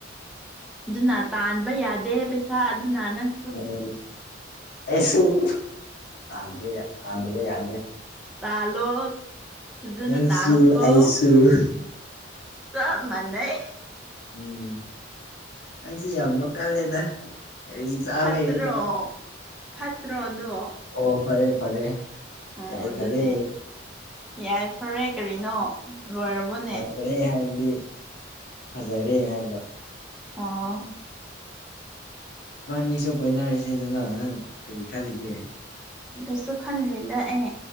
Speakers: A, in the centre; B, on the left (about 55°).
A: ꯑꯗꯨꯅ ꯇꯥꯟꯕ ꯌꯥꯗꯦ ꯄꯩꯁꯥ ꯑꯗꯨꯅ ꯅꯪ
B: ꯎꯝ ꯑꯩꯁꯨ ꯇꯥꯟꯕ ꯇꯥꯟꯗꯕ ꯌꯥꯗꯦ
A: ꯇꯥꯂꯣ ꯐꯖꯅ
B: ꯅꯪꯁꯨ
A: ꯇꯥꯜꯂꯨꯀ‌ꯣ
B: ꯑꯩꯁꯨ
A: ꯆꯞ ꯃꯅꯩ
B: ꯎꯝ ꯅꯪꯁꯤ ꯌꯥꯝ ꯅꯣꯛ ꯀꯜꯂꯦꯗ ꯀꯔꯤ ꯆꯥꯕꯩꯔꯣ
A: ꯐꯠꯇ꯭ꯔꯣ ꯐꯠꯇ꯭ꯔꯣ ꯑꯗꯣ
B: ꯑꯣ ꯐꯔꯦ ꯐꯔꯦ
A: ꯑꯣ
B: ꯌꯥꯏ
A: ꯑꯗꯨꯅꯦ
B: ꯐꯔꯦ
A: ꯌꯥꯏꯐꯔꯦ ꯀꯔꯤꯅꯣ ꯂꯣꯏꯔꯕꯣꯅꯦ
B: ꯌꯥꯏ ꯐꯔꯦ ꯍꯥꯏꯕꯗꯤ ꯐꯖꯔꯦ ꯍꯥꯏꯕ
A: ꯑꯣ
B: ꯏꯕꯥꯅꯤꯁꯨ ꯀꯣꯏꯅꯔꯁꯦꯗꯅ ꯅꯪ ꯀꯔꯤ ꯈꯜꯂꯤꯒꯦ
A: ꯀꯩꯁꯨ ꯈꯟꯗꯦꯗ ꯑꯩ